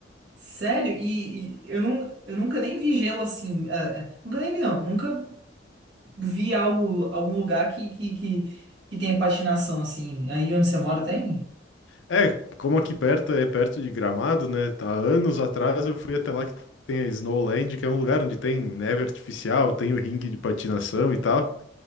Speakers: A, on the right; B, on the left.
A: sério, e, e eu, nun- eu nunca nem vi gelo assim. ah, ah, nunca nem vi, não. Nunca vi algo, algum lugar que, que, que, que tenha patinação assim. Aí onde você mora tem?
B: É, como aqui perto é perto de Gramado, né? Há anos atrás eu fui até lá que tem a Snowland, que é um lugar onde tem neve artificial, tem o ringue de patinação e tal.